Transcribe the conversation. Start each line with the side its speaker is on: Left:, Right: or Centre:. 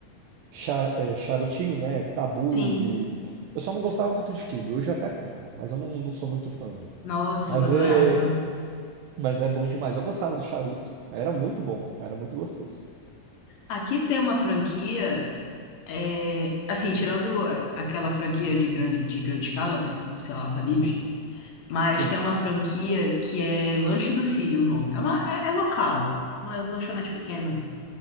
Right: cha- é, charutinho, né? Tabu
Left: Sim.
Right: de... Eu só não gostava muito de quibe. Hoje eu até como, mas eu não, não sou muito fã, não.
Left: Nossa,
Right: Mas
Left: eu adorava.
Right: é. Mas é bom demais. Eu gostava do charuto. Era muito bom, era muito gostoso.
Left: Aqui tem uma franquia É, assim, tirando aquela franquia de grande, de grande escala, né? Sei lá, o Habib's.
Right: Sim,
Left: Mas
Right: sim.
Left: tem uma franquia que é Lanche do Sírio, o nome. É, uma- é- é local, uma lanchonete pequena.